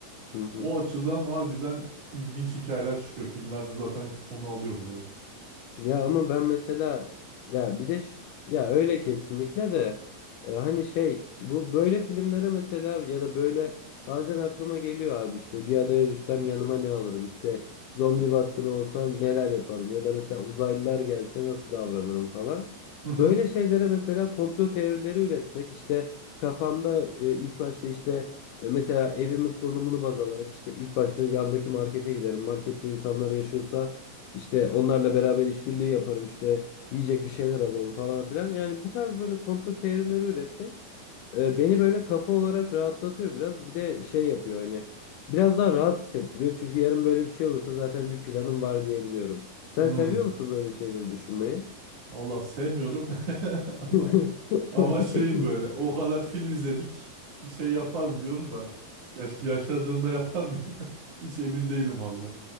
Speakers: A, on the left (about 85°); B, on the right (about 50°).
A: Hı hı.
B: O açıdan harbiden ilginç hikayeler çıkıyor. Filmlerde zaten konu alıyor bunları.
A: Ya ama ben mesela ya bir de ş- ya öyle kesinlikle de e, hani şey bu böyle filmlere mesela ya da böyle bazen aklıma geliyor abi işte bir adaya düşsem yanıma ne alırım işte zombi baskını olsa neler yaparım ya da mesela uzaylılar gelse nasıl davranırım falan.
B: Hı hı.
A: Böyle şeylere mesela komplo teorileri üretmek işte kafamda e, ilk başta işte e, mesela evimin konumunu baz alarak işte ilk başta yandaki markete giderim. Markette insanlar yaşıyorsa işte onlarla beraber işbirliği yaparım işte yiyecek bir şeyler alırım falan filan. Yani bu tarz böyle komplo teorileri üretmek e, beni böyle kafa olarak rahatlatıyor biraz. Bir de şey yapıyor hani biraz daha rahat hissettiriyor. Çünkü yarın böyle bir şey olursa zaten bir planım var diyebiliyorum. Sen
B: Hı.
A: seviyor musun böyle şeyleri düşünmeyi?
B: Vallahi sevmiyorum <laughs> ama
A: <laughs>
B: Ama şeyim böyle o kadar film izledik bir şey yaparım diyorum da yaş yaşadığında yapar mıyım? <laughs> Hiç emin değilim valla.